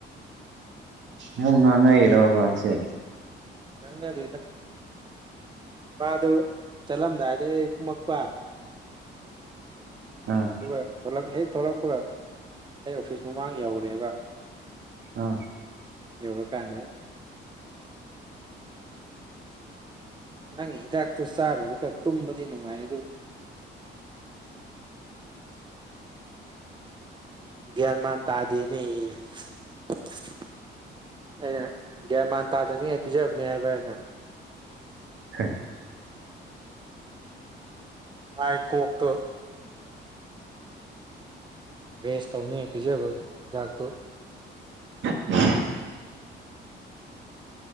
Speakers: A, on the right; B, on the right.
A: ꯃꯨ ꯉꯥꯡꯉꯥꯏ ꯏꯔꯣꯕꯥꯡꯁꯦ
B: ꯍꯪꯗꯦ ꯏꯗ ꯕꯥ ꯑꯗꯨ ꯆꯜꯂꯝꯗꯥꯏ ꯑꯦ ꯏꯃꯄꯥ
A: ꯑꯥ
B: ꯑꯗꯨꯕ ꯊꯂꯛ ꯍꯦꯛ ꯊꯣꯛꯂꯛꯄꯒ ꯑꯩ ꯑꯣꯐꯤꯁ ꯃꯃꯥꯡ ꯌꯧꯔꯦꯒ
A: ꯑꯥ
B: ꯌꯧꯔ ꯀꯥꯟꯗ ꯅꯪꯒꯤ ꯍꯤꯗꯥꯛꯇꯨ ꯆꯥꯔꯨꯔꯒ ꯇꯨꯝꯕꯗꯤ ꯅꯨꯡꯉꯥꯏ ꯑꯗꯨ ꯒ꯭ꯌꯥꯟ ꯃꯥꯟ ꯇꯗꯦꯅꯦ꯫ <unintelligible> ꯒ꯭ꯌꯥꯟ ꯃꯥꯟ ꯇꯥꯗꯅꯤꯉꯥꯏ ꯄꯤꯖꯕꯅꯦ ꯍꯥꯏꯕ ꯑꯩꯅ꯫
A: <unintelligible>
B: ꯃꯥꯥꯏ ꯀꫭꯛ ꯇꯣ ꯋꯦꯁ ꯇꯧꯅꯤ ꯄꯤꯖꯕ ꯍꯤꯗꯥꯛꯇꯨ
A: <unintelligible>